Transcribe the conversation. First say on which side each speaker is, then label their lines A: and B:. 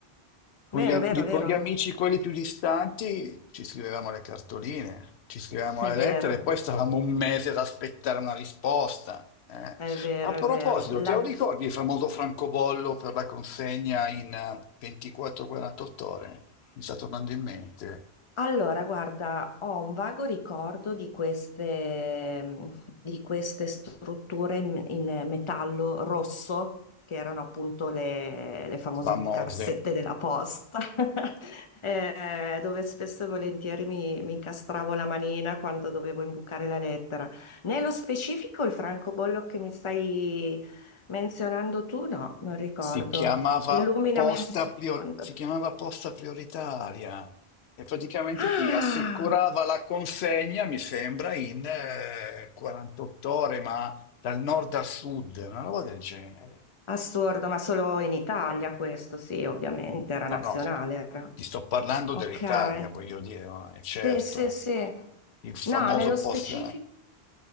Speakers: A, on the left (about 85°); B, on the left (about 30°).
A: con
B: Vero,
A: gli, am-
B: vero,
A: con
B: vero,
A: gli amici quelli più distanti ci scrivevamo le cartoline, ci scrivevamo
B: è
A: le
B: vero,
A: lettere e poi stavamo un mese ad aspettare una risposta. eh.
B: è vero,
A: A proposito,
B: è vero. La-
A: te lo ricordi il famoso francobollo per la consegna in eh, 24-48 ore? Mi sta tornando in mente.
B: Allora, guarda, ho un vago ricordo di queste, mm, di queste strutture in, in metallo rosso, che erano appunto le, le famose
A: Famose.
B: cassette della posta, <laughs> eh, dove spesso e volentieri mi, mi incastravo la manina quando dovevo imbucare la lettera. Nello specifico il francobollo che mi stai menzionando tu, no, non ricordo.
A: Si chiamava
B: Illuminami
A: posta
B: un secondo.
A: prior- si chiamava posta prioritaria e praticamente
B: Ah!
A: ti assicurava la consegna, mi sembra, in eh, 48 ore, ma dal nord al sud, una roba del genere.
B: Assurdo, ma solo in Italia questo, sì, ovviamente, era nazionale,
A: No, no, ti,
B: era.
A: ti sto parlando
B: Ok.
A: dell'Italia, voglio dire, ma è certo,
B: Sì, sì, sì.
A: il famoso
B: No, nello
A: post...
B: specifico